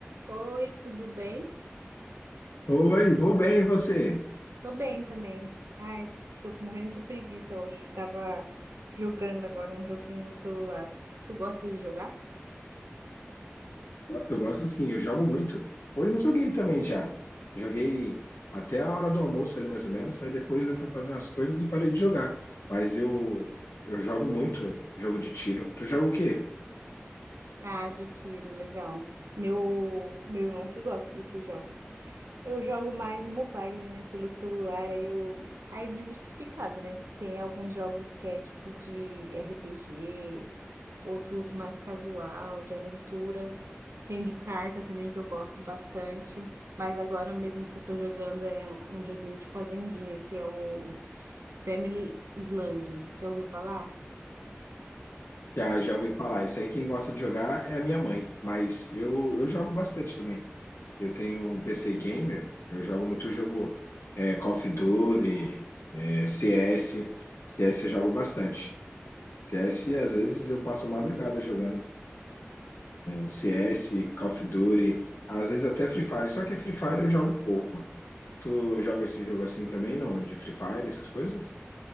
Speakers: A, on the right; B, on the left.
A: Oi, tudo bem?
B: Oi, vou bem, e você?
A: Tô bem também. Ai, tô morrendo de preguiça hoje. Tava jogando agora um joguinho no celular. Tu gosta de jogar?
B: Gosto, eu gosto sim, eu jogo muito. Hoje eu joguei também já. Joguei até a hora do almoço ali, mais ou menos. Aí depois eu fui fazer umas coisas e parei de jogar. Mas eu, eu jogo muito jogo de tiro. Tu joga o quê?
A: Ah, de tiro, legal. Meu, meu irmão que gosta desses jogos. Eu jogo mais mobile, né? Pelo celular, aí eu. Aí é diversificado, né? Tem alguns jogos que é tipo de RPG, outros mais casual, de aventura. Tem de carta também que eu gosto bastante. Mas agora mesmo que eu tô jogando é um joguinho de fazendinha, que é o Family Island. Já ouviu falar?
B: Já, já ouvi falar. Isso aí quem gosta de jogar é a minha mãe. Mas eu, eu jogo bastante também. Eu tenho um PC gamer, eu jogo muito jogo é, Call of Duty, é, CS. CS eu jogo bastante. CS, às vezes, eu passo a madrugada jogando. CS, Call of Duty, às vezes até Free Fire. Só que Free Fire eu jogo pouco. Tu joga esse jogo assim também, não? De Free Fire, essas coisas?